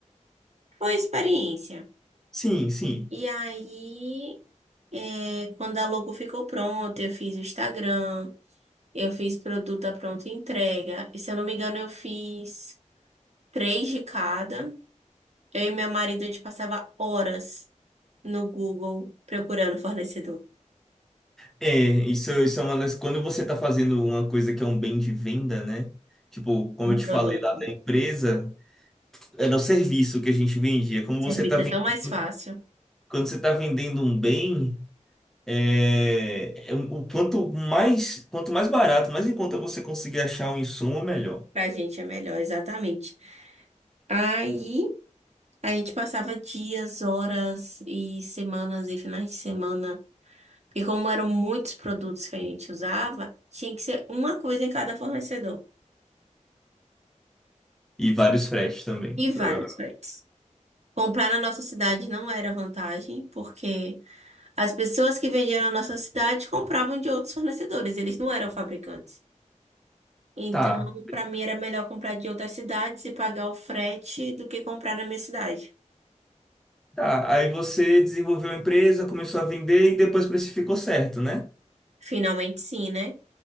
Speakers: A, on the right; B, in the centre.
A: Foi a experiência.
B: Sim, sim.
A: E aí, é, quando a logo ficou pronta, eu fiz o Instagram, eu fiz produto à pronta entrega. E se eu não me engano, eu fiz três de cada. Eu e meu marido, a gente passava horas no Google procurando fornecedor,
B: É, isso, isso é uma das. Quando você está fazendo uma coisa que é um bem de venda, né? Tipo, como
A: um
B: eu te
A: produto.
B: falei lá da empresa, era o serviço que a gente vendia. Como
A: Serviço
B: você está vendendo,
A: é tão mais fácil.
B: quando você está vendendo um bem, é, é um- o quanto mais, quanto mais barato, mais em conta você conseguir achar um insumo, melhor.
A: Pra gente é melhor, exatamente. Aí, a gente passava dias, horas e semanas e finais de semana E como eram muitos produtos que a gente usava, tinha que ser uma coisa em cada fornecedor
B: E vários fretes também,
A: e vários
B: provavelmente.
A: fretes. Comprar na nossa cidade não era vantagem, porque as pessoas que vendiam na nossa cidade compravam de outros fornecedores, eles não eram fabricantes. Então,
B: Tá.
A: para mim era melhor comprar de outras cidades e pagar o frete do que comprar na minha cidade.
B: Tá, aí você desenvolveu a empresa, começou a vender e depois precificou certo, né?
A: Finalmente, sim, né?